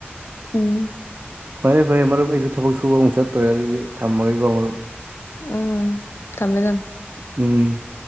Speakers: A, on the left; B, on the right.
A: ꯎꯝ
B: ꯐꯔꯦ ꯐꯔꯦ ꯃꯔꯨꯞ ꯑꯩꯁꯨ ꯊꯕꯛ ꯁꯨꯕ ꯑꯃꯨꯛ ꯆꯠꯇꯣꯔꯦ ꯑꯗꯨꯗꯤ ꯊꯝꯃꯒꯦꯀꯣ ꯃꯔꯨꯞ
A: ꯎꯝ ꯊꯝꯃꯦ ꯊꯝ
B: ꯎꯝ